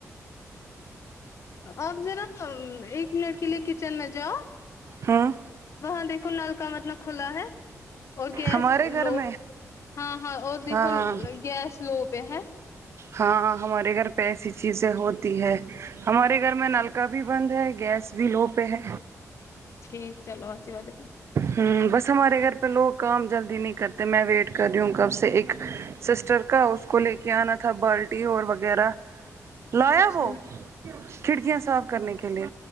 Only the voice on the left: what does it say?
آپ ذرا ایک منٹ کے لیے کچن میں جاؤ
وہاں دیکھو نل کا مطلب کھلا ہے اور گیس
لو
ہاں ہاں اور دیکھو
گیس لو پے ہے
ٹھیک چلو اچھی بات ہے
اچھا
ٹھیک